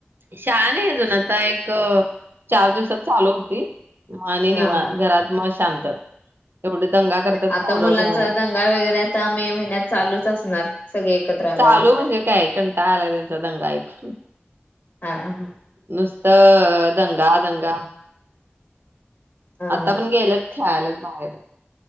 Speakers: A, on the right (about 60°); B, on the left (about 55°).
A: शाळा नाही अजून आता एक चार दिवसात चालू होती. माणे नाही
B: हा हा
A: घरात मस् शांत. एवढे दंगा करतात
B: आता
A: पोरं
B: मुलांचा
A: घरात.
B: दंगाल वगैरे आता मे महिन्यात चालूच असणार सगळे एकत्र आल्यानंतर
A: चालू म्हणजे काय कंटाळा आलाय त्यांचा दंगा ऐकून.
B: हां हां हां.
A: नुसतं दंगा दंगा.
B: हा
A: आता पण गेल खळालाच बाहेर